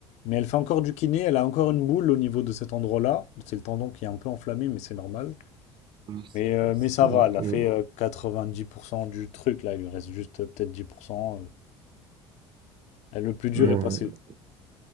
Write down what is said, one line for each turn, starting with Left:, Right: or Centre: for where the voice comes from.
Left: mais elle fait encore du kiné. Elle a encore une boule au niveau de cet endroit-là. C'est le tendon qui est un peu enflammé, mais c'est normal.
Right: Mhm. C'est
Left: Mais, euh, mais
Right: c'est
Left: ça va,
Right: un
Left: elle a
Right: peu...
Left: fait euh, 90% du truc, là, il lui reste juste euh, peut-être 10%. euh. Le plus dur
Right: ouais.
Left: est passé.